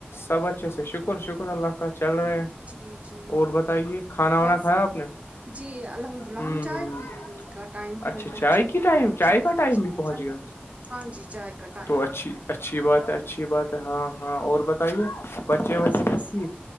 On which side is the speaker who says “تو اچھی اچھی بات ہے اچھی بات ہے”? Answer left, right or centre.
Left